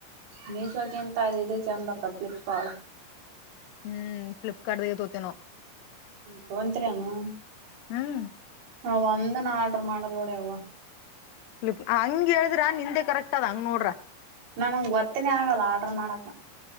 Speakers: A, on the right; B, on the left.
A: ಮೀಶೋಗೆ ಎಂತ ಅದ ಇದೆ ಚಂದರ್ತ ಫ್ಲಿಪ್ಕಾರಾರ್ಡ್
B: ಹ್ಮ್ ಫ್ಲಿಪ್ಕಾರ್ಟ್ ದಾಗ ತೋತನೋ
A: ತೋತ್ರಿನು
B: ಹ್ಮ್
A: ನಾ ಒಂದು ನಾಡ್ ರ್ ಮಾಡಲ್ಡ
B: ಫಪ್ ಹಂಗ ಹೇಳಿದ್ರ ನಿಂದೆ ಕರೆಕ್ಟ್ ಅದ ಹಂಗ್ ನೋಡ್ರ
A: ನಾನ ಒತ್ತಿನೇ ಆಗಲ್ಲ ಆರ್ಡ್ರ ಮಾಡಕ್